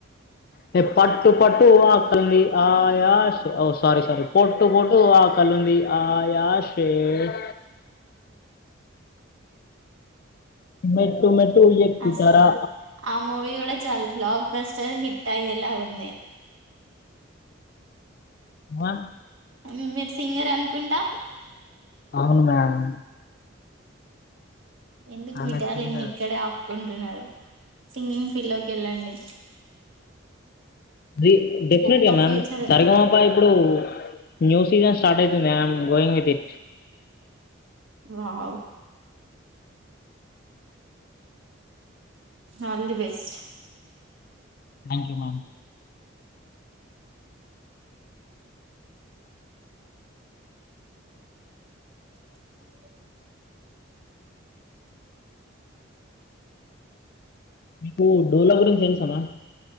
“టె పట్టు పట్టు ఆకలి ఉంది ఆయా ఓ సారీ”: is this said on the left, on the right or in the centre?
Left